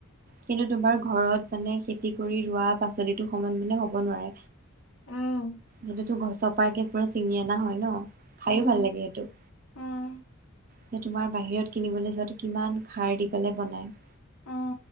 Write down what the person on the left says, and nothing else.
উম
উম
উম
অ,